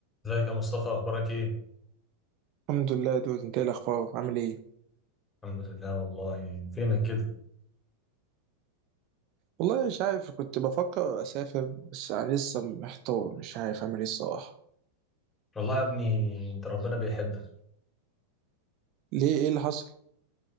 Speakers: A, on the left (about 15°); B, on the right (about 40°).
A: ازيك يا مصطفى اخبارك ايه
B: الحمد لله دود انت ايه الاخبار عامل ايه
A: الحمد لله والله فينك كده
B: والله مش عارف كنت بفكر اسافر بس انا لسه محتار مش عارف اعمل ايه الصراحه
A: والله يا ابني انت ربنا بيحبك
B: ليه ايه اللي حصل